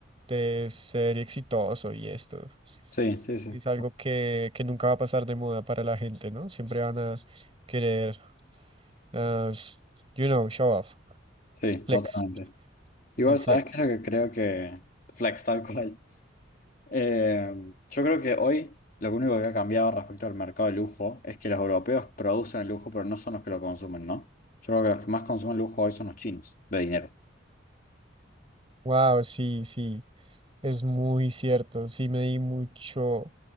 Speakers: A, on the right (about 30°); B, on the left (about 45°).
A: de ser exitoso y esto.
B: Sí, sí, sí.
A: Es algo que, que nunca va a pasar de moda para la gente, ¿no? Siempre van a querer, ah, you know, show off,
B: Sí,
A: flex,
B: totalmente. Igual,
A: el flex.
B: ¿sabes qué es lo que creo que... Flex, tal cual. Eh, yo creo que hoy lo único que ha cambiado respecto al mercado de lujo es que los europeos producen el lujo, pero no son los que lo consumen, ¿no? Yo creo que los que más consumen lujo hoy son los chinos, de dinero.
A: Wow, sí, sí, es muy cierto. Sí, me di mucho,